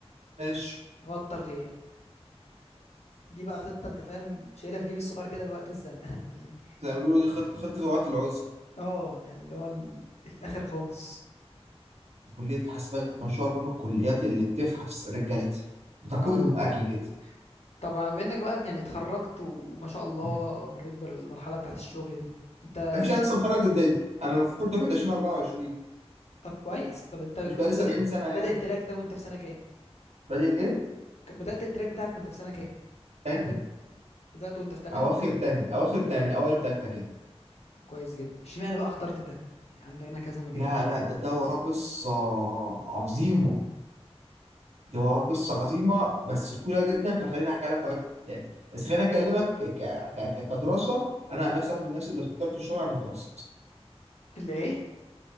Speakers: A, on the right; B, on the left.
A: ماشي
B: غطى الغياب دي بقى خطة انت فاهم شايلها في جيبي الصغير كده لوقت الزنقة <laughs> يعني
A: زي ما بيقولوا دي خدت خدت روعة العزل
B: اه يعني اللي هو ال... الاخر خالص
A: كلية حاسبات ما شاء الله من الكليات اللي بتفحت رجالتها بتاكلهم
B: اه والله
A: أكل كده
B: طب بما انك بقى يعني اتخرجت وما شاء الله
A: يعني
B: مريت بالمرحله بتاعت الشغل دي انت اشت-
A: مفيش أنا لسه متخرج جديد أنا المفروض دفعة 2024
B: طب كويس طب انت كنت
A: مش بقالي 70
B: بادئ
A: سنة يعني
B: بادئ التراك ده وانت في سنه كام
A: بادئ إيه؟
B: ك- بدات التراك بتاعك وانت في سنه كام
A: تانية
B: بد- بدات وانت في تانية
A: أواخر
B: طب كويس
A: تاني
B: جدا
A: أواخر تاني أوائل تالتة كده
B: كويس جدا اشمعنى بقى اخترت ده يعني عندنا كذا مجال
A: لا لا ده ده وراه قصة عظيمة دي وراه قصة عظيمة بس طويلة جدا فخليني أحكي لك وقت تاني بس خليني أكلمك ك... ك... ك... كدراسة أنا عن نفسي واحد من الناس اللي اخترت الشغل عن الدراسة
B: اللي ايه